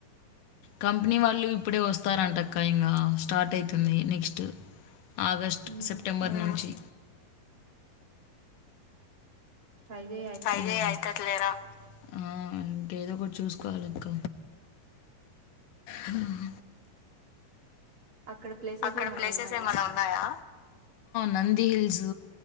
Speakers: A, on the left; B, on the right.
A: కంపెనీ
B: ఉమ్
A: వాళ్ళు ఇప్పుడే వస్తారంటక్క ఇంకా స్టార్ట్ అవుతుంది నెక్స్ట్ ఆగస్ట్
B: ఉమ్,
A: సెప్టెంబర్ నుంచి
B: ట్రై చే
A: ట్రై చే అయితది లేరా ఆ ఇంకా ఏదో ఒకటి చూసుకోవాలక్క హ
B: అక్కడ ప్లేసెస్
A: అక్కడ
B: ఏమన్నా
A: ప్లేసెస్
B: ఉన్నాయా
A: ఏమ ఉన్నాయా నంది హిల్స్